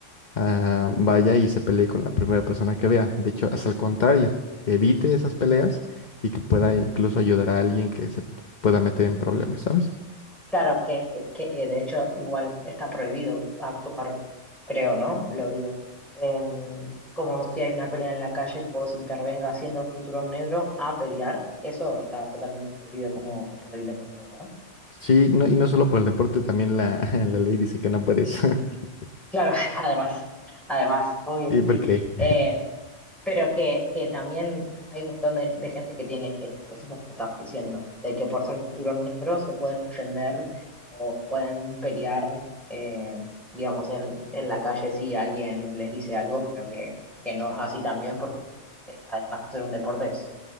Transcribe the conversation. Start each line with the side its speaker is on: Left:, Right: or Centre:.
Left: ah,
Centre: Sí.
Left: vaya y se pelee con la primera persona que vea. De hecho, es al contrario, que evite esas peleas y que pueda incluso ayudar a alguien que se pueda meter en problemas, ¿sabes?
Centre: Claro, que, eh, que eh, de hecho igual está prohibido actuar, creo, ¿no? Lo digo. Em, como si hay una pelea en la calle que vos intervengas siendo cinturón negro a pelear, eso está totalmente prohibido como por el deporte, ¿verdad?
Left: Sí, no, y no solo por el deporte, también la, <laughs> la ley dice que no puedes. <laughs>
Centre: Claro, <laughs> sí, además, además, obvio
Left: sí
Centre: que sí.
Left: porque
Centre: Eh, Pero que, que también hay un montón de, de gente que tiene esto que vos estabas diciendo, de que por ser cinturón negro se pueden defender o pueden pelear, eh, digamos, en, en la calle si alguien les dice algo, pero que, que no es así también, porque eh, además de ser un deporte, es,